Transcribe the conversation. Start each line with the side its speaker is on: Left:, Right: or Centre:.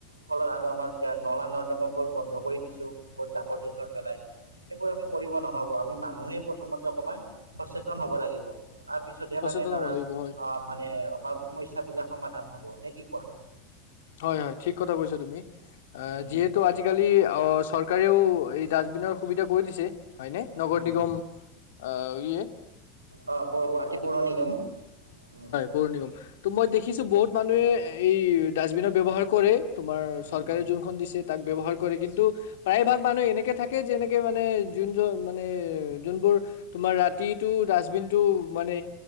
Right: ফলত আৰু আমাৰ নলা নৰ্দমা বোৰ বন্ধ কৰি দিছো জাবৰ-জোথৰ পেলাই। সেইবোৰ আমি কৰিব নহব আমি মানুহেই প্ৰথমতে অকণমান সচেতন হব লাগিব। তাৰ পিছতহে
Left: সচেতন
Right: মানে ধৰা
Left: হ'ব লাগিব
Right: অ
Left: হয়
Right: মানে আমাৰ সমস্যা বিলাক সমাধান হব নে কি কোৱা।
Left: হয় হয় ঠিক কথা কৈছা তুমি এ
Right: উম
Left: যিহেতু আজি আজিকালি অ চৰকাৰেও এই ডাষ্টবিনৰ সুবিধা কৰি দিছে। হয়নে নগৰ
Right: উম
Left: নিগম অ ইয়ে
Right: অ পৌৰ গুৱাহাটী পৌৰ নিগম উম
Left: পৌৰ নিগম ত' মই দেখিছো বহুত মানুহে এই ডাষ্টবিনৰ ব্যৱহাৰ কৰে। তোমাৰ
Right: উম
Left: চৰকাৰে
Right: উম
Left: যোনখন দিছে তাক ব্যৱহাৰ কৰে, কিন্তু প্ৰায় ভাগ মানুহ এনেকে থাকে যেনেকে মানে যোনজন মানে যোনবোৰ তোমাৰ ৰাতিটো ডাষ্টবিনটো মানে